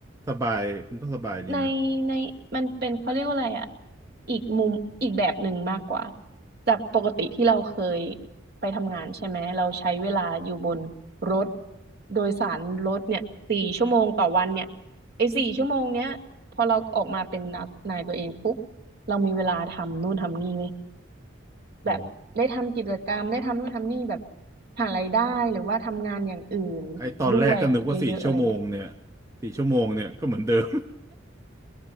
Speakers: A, on the right (about 15°); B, on the right (about 55°).
A: สบายมันก็สบายดีนะ
B: ในในมันเป็นเขาเรียกว่าอะไรอ่ะอีกมุมอีกแบบหนึ่งมากกว่าจากปกติที่เราเคยไปทำงานใช่ไหมเราใช้เวลาอยู่บนรถโดยสารรถเนี่ยสี่ชั่วโมงต่อวันเนี่ยไอ้สี่ชั่วโมงเนี้ยพอเราออกมาเป็นนายตัวเองปุ๊บเรามีเวลาทำนู่นทำนี่เลย
A: อ๋อ
B: แบบได้ทำกิจกรรมได้ทำนู่นทำนี่แบบหารายได้หรือว่าทำงานอย่างอื่นด้วยเยอะๆอะไรเงี้ย
A: ไอตอนแรกก็นึกว่าสี่ชั่วโมงเนี่ย
B: <laughs>
A: สี่ชั่วโมงเนี่ยก็เหมือนเดิม